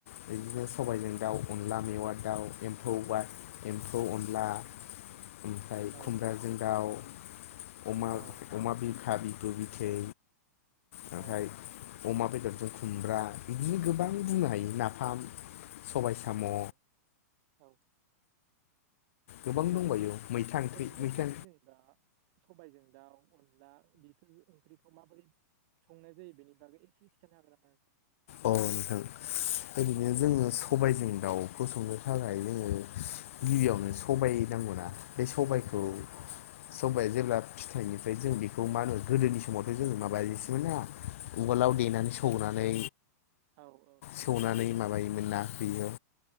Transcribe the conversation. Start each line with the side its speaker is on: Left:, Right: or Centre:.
Left: बिदिनो सबायजों दाउ, अनला मेवा दाउ, एम्फौ बा एम्फौ अनला ओमफ्राय
Right: औ
Left: खुमब्राजों दाउ, अमा
Right: औ
Left: अमा बिखा बिबु बिथै ओमफाय
Right: औ
Left: अमा बेदरजों खुमब्रा, बिदिनो गोबां बुंनो हायो नाफाम सबाय साम'
Right: औ औ
Left: गोबां दंबायो। मैथा ओंख्रि
Right: ओरैनो
Left: मैथा
Right: बेफोर जेनेबा सबायजों दाउ, अनला बेफोर ओंख्रिखौ माबोरै संनाय जायो बेनि बागै एसे खिथानो हागोन नामा नोंथां?
Left: अ नोंथां ओरैनो जोङो सबायजों दाउखौ संनो थाखाय जोङो गिबियावनो सबाय नांगौना, बे सबायखौ
Right: औ औ
Left: सबाया जेब्ला फिथाइनिफ्राय जों बेखौ मा होनो गोदोनि समावथ' जोङो माबायोसोमोन ना उवालाव देनानै सौनानै
Right: औ औ।
Left: सौनानै माबायोमोन ना बैयो